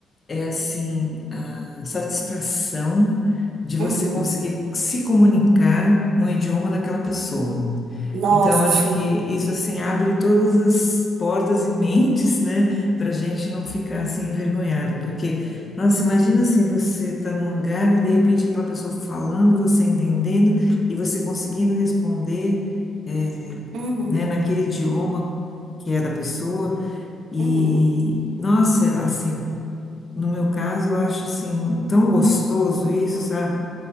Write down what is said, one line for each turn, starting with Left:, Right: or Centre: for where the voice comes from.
Left: é assim a satisfação de você
Right: Uhum.
Left: conseguir se comunicar no idioma daquela pessoa.
Right: Nossa,
Left: Então, acho
Right: sim.
Left: que isso assim abre todas as portas e mentes, né, para a gente não ficar assim envergonhada, porque, nossa, imagina assim, você tá num lugar e de repente aquela pessoa falando, você entendendo e você conseguindo responder, eh,
Right: Uhum.
Left: né, naquele idioma que é da pessoa. E,
Right: Uhum.
Left: nossa, assim, no meu caso, eu acho assim tão gostoso isso, sabe?